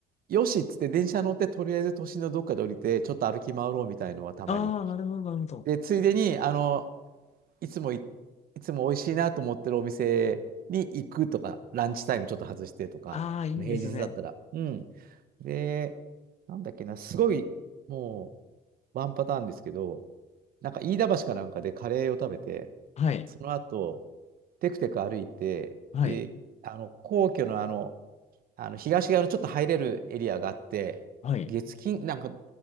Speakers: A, on the right (about 60°); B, on the left (about 40°).
A: よしっつって電車乗って、とりあえず都心のどっかで降りて、ちょっと歩き回ろうみたいのはたまに。
B: ああ、なるほど、なるほど。
A: で、ついでに、あの、いつもい、いつも美味しいなと思ってるお店に行くとか、ランチタイムちょっと外してとか、
B: ああ、いいですね。
A: 平日だったら。うん。で、なんだっけな、すごい、もう、ワンパターンですけど、なんか飯田橋かなんかでカレーを食べて、
B: はい、
A: その後、テクテク歩いて、
B: はい、
A: で、あの、皇居のあの、あの東側のちょっと入れるエリアがあって、
B: はい、
A: 月金、なんか、